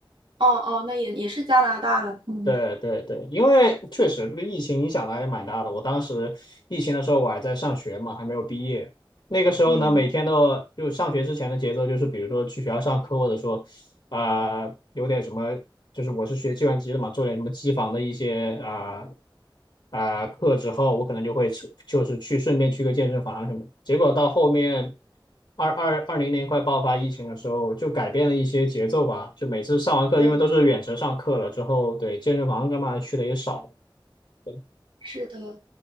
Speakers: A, on the right; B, on the left.
A: 哦哦，那也也是加拿大了。嗯，
B: 对对对，因为确实这个疫情影响的还是蛮大的。我当时疫情的时候，我还在上学嘛，还没有毕业。那个时候呢，
A: 嗯，
B: 每天都就上学之前的节奏就是，比如说去学校上课，或者说呃，有点什么，就是我是学计算机的嘛，做点什么机房的一些啊啊、呃课之后，我可能就会去就是去顺便去个健身房什么的结果到后面二二二零年快爆发疫情的时候，就改变了一些节奏吧，就每次上完课，
A: 对，
B: 因为都是远程上课了之后，对健身房干嘛去的也少了，对，
A: 是的。